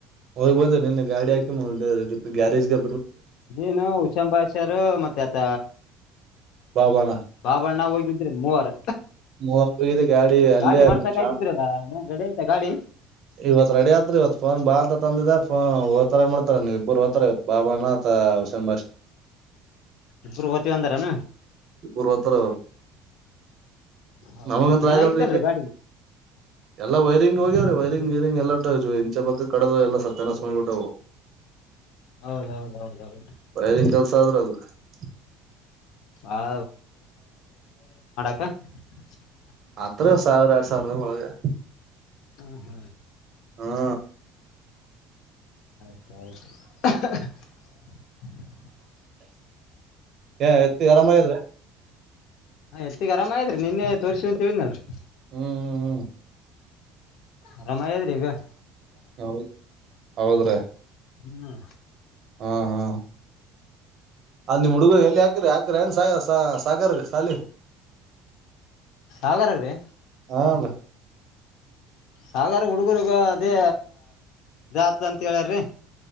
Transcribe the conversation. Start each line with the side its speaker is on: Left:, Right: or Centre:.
Right: ಹೋಗಿ ಬಂದ ನಿನ್ನೆ ಗಾಡಿ ಹಾಕಿ ಗ್ಯಾರೇಜಗೆ
Left: ಏನು ಹುಷಾಂಬಾಷರ್ ಮತ್ತ ಆತ
Right: ಬಾ ಬಾ ಅಣ್ಣ
Left: ಬಾಬಣ್ಣ ಹೋಗಿ ಇದ್ರೇನ್ ಮೂವರ್
Right: ಮೂವರ್ ಹೋಗಿದೆ ಅಲ್ಲೇ
Left: ಗಾಡಿ ಮಾಡ್ಸಕಾಗಿದ್ರಲ್ಲ
Right: ನಿಮ್ ಶಾಪ್
Left: ನ್ ರೆಡಿ ಆಯ್ತ ಗಾಡಿ
Right: ಇವತ್ ರೆಡಿ ಆತ್ರಿ ಇವತ್ ಫೋನ್ ಬಾ ಅಂತ ತಂದಿದೆ ಫೋನ್ ಓತಾರ ಮಾಡ್ತಾರ ನೀವ್ ಇಬ್ಬರು ರೋತಾರ ಇವತ್ ಬಾ ಬಣ್ಣ ಹುಸನ್ ಬಸ್
Left: ಇಬ್ರು ಹೋಗ್ತೀವಿ ಅಂದಾರನ
Right: ಬರ್ರುವತ್ತರ
Left: ಹೌದ್
Right: ನಮಗ
Left: ಹೌದ್ ಏನಾಗಿತ್ತೇನ್ರಿ
Right: ಆಗಲ್
Left: ಗಾಡಿ
Right: ಎಲ್ಲಾ ವೈರಿಂಗ್ ಹ್ಯ್ರೀ ವೈರಿಂಗ್ ಗೀರಿಂಗ ಎಲ್ಲಾ ಇಂಚ ಪಕ್ಕ ಕಡ ಎಲ್ಲ ಸತ್ಯನ ಮಾಡ್ಬಿಟ್ಟವು
Left: ಹೌದ್ ಹೌದ್ ಹೌದ್ ಹೌದ್
Right: ದಿನ ಕೆಲ್ಸ ಆದ್ರ ಅ ಹ
Left: ಭಾಳ ಹ
Right: ಅತ್ರ ಸಾವಿರ ಎರಡ್ ಸಾವಿರ ಒಳಗೆ
Left: ಹೂ ಹೂ
Right: ಹಾ
Left: ಹ
Right: ಹ ಎತ್ತಿ ಆರಾಮಾಗಾದ್ರೆ
Left: ಹ ಎತ್ತಿಗೆ ಆರಾಮ ಆರೀ ನಿನ್ನೆ ತೋರ್ರಿಸಿ ಅಂತ ಹೇಳಿದ್ನಲ್ರಿ
Right: ಹೂ ಹೂ ಹೂ
Left: ಆರಾಮ್ ಆಗಿದ್ರೆ ಇವಾಗ
Right: ಹೌದ ಹೌದ್ರೀ
Left: ಹೂ
Right: ಹ ಹಾ ಅಲ್ಲಿ ನಿಮಹುಡ್ಗ್ರು ಎಲ್ಲಿಕಿರಿ ಹಾಕ್ರ ಏನ್ ಸಾಯಸ ಸಾಗರ್ ಶಾಲಿ
Left: ಅದರಲ್ಲಿ
Right: ಹಾ ರೀ
Left: ಸಾಗರ ಹುಡುಗರುಗ ಅದೇ ಜಾತ್ ಅಂತ ಹೇಳಾರಿ